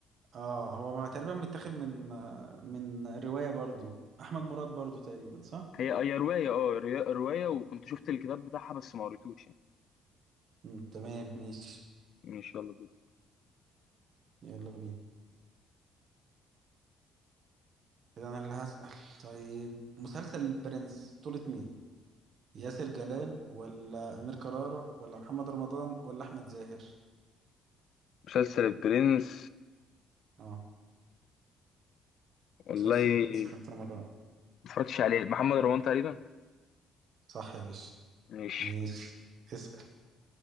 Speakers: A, on the right; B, on the left.
A: اه هو ما تقريبا متاخد من آه، من رواية برضو احمد مراد برضو تقريبا صح
B: هي هي رواية اه رواية رواية وكنت شفت الكتاب بتاعها بس ما قريتوش يعني
A: امم تمام ماشي
B: ماشي يلا دور
A: يلا بينا كده انا اللي هسأل طيب مسلسل البرنس بطولة مين ياسر جلال ولا امير كرارة ولا محمد رمضان ولا احمد زاهر
B: مسلسل البرنس
A: اه
B: والله
A: مسلسل
B: ما
A: البرنس كان في رمضان
B: اتفرجتش عليه محمد رمضان تقريبا
A: صح يا باشا
B: ماشي
A: ماشي اسأل